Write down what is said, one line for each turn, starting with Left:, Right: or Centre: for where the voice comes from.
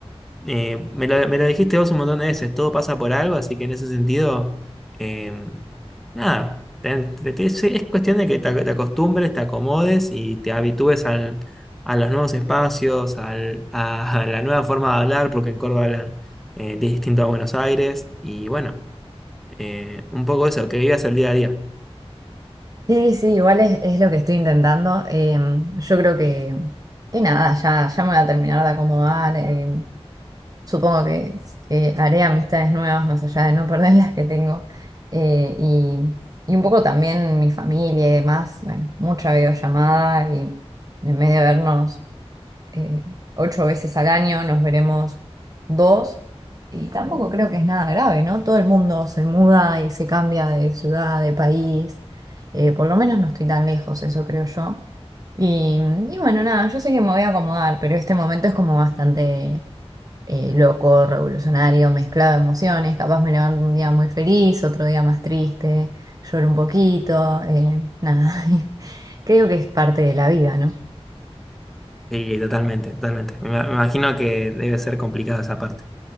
Centre: eh, me la, me la dijiste vos un montón de veces, todo pasa por algo, así que en ese sentido, eh, nada, te- te- te- es, es cuestión de que te, ac- te acostumbres, te acomodes y te habitúes al- a los nuevos espacios, al- a, a la nueva forma de hablar, porque en Córdoba hablan eh, distinto a Buenos Aires, y bueno, eh, un poco eso, que vivas el día a día.
Right: Sí, sí, igual es, es lo que estoy intentando. Em, yo creo que, que nada, ya, ya me voy a terminar de acomodar. em, supongo que, que haré amistades nuevas más allá de no perder <laughs> las que tengo. Eh, y, y un poco también mi familia y demás. Bueno, mucha videollamada y en vez de vernos eh, ocho veces al año, nos veremos dos. Y tampoco creo que es nada grave, ¿no? Todo el mundo se muda y se cambia de ciudad, de país. Eh, por lo menos no estoy tan lejos, eso creo yo. Y, y bueno, nada, yo sé que me voy a acomodar, pero este momento es como bastante eh, loco, revolucionario, mezclado de emociones. Capaz me levanto un día muy feliz, otro día más triste, lloro un poquito, eh, nada. <laughs> Creo que es parte de la vida, ¿no?
Centre: Sí, totalmente, totalmente. Me, ima- me imagino que debe ser complicado esa parte,